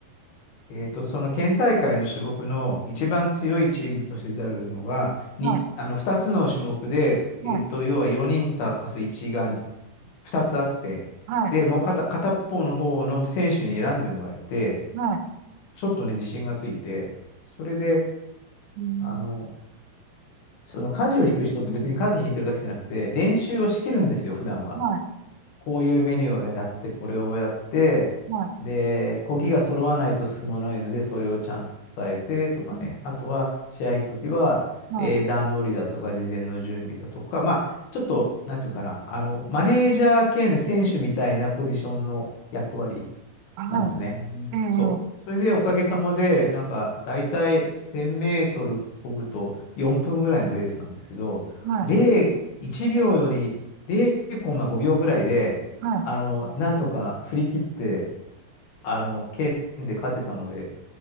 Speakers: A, on the left (about 60°); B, on the right (about 75°).
A: えーと、その県大会の種目の一番強いチームとして出るのが、に、
B: はい。
A: あの2つの種目で、
B: はい。
A: えーと、要は4人足す1が2つあって、
B: はい。
A: で、もう片、片っぽの方の選手に選んでもらえて、
B: はい。
A: ちょっとね、自信がついて、それで、
B: うん。
A: あの、その舵を引く人って別に舵引いてるだけじゃなくて、練習をしきるんですよ、普段は。
B: はい。
A: こういうメニューをやって、これをやって、
B: はい。
A: で、漕ぎが揃わないと進まないので、それをちゃんと伝えてとかね。
B: うん
A: あとは、試合の時は、
B: はい。
A: えー段取りだとか、事前の準備だとか、まあ、ちょっと、
B: うん
A: なんていうかな、あの、マネージャー兼選手みたいなポジションの役割
B: うんあは
A: なんですね。
B: い。ええ。
A: そう。それでおかげさまで、なんか、だいたい1000メートル漕ぐと4分ぐらいのレースなんですけど、
B: はい。
A: 0、1秒より0コンマ5秒ぐらいで、
B: は
A: あの、なんとか振り切って、あの、県で勝てたので、